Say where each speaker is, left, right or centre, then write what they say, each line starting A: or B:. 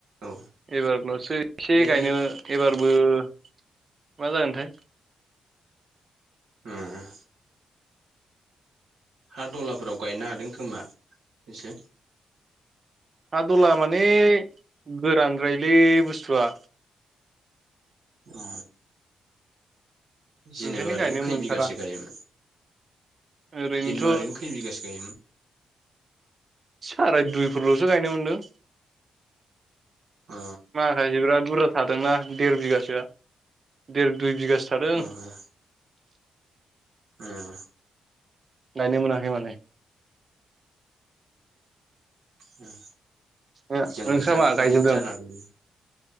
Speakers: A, on the right (about 75°); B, on the right (about 45°).
A: औ
B: एबारल'सो एसे
A: बे
B: गायनो एबारबो मा जागोनथाय
A: उम उम हा दलाफोराव गायनो हादों खोमा एसे
B: हा दला माने गोरानद्रायलै बुस्थुआ
A: अ जेनेबा
B: ओंखायनो
A: ओरैनो
B: गायनो
A: खै
B: मोनथारा
A: बिगासो गायोमोन
B: ओरैनोथ'
A: जेनेबा ओरैनो खै बिगासो गायोमोन
B: साराय दुइफोरल'सो गायनो मोनदों
A: अ
B: बिराद बुरजा थादोंना देर बिगासोआ देर दुइ बिगासो थादों
A: औ ओम
B: नायनो मोनाखै माने
A: उम
B: ओ
A: जोंखैजाबो
B: नोंस्रा मा गायजोबदों
A: बिदिनो जाना दङो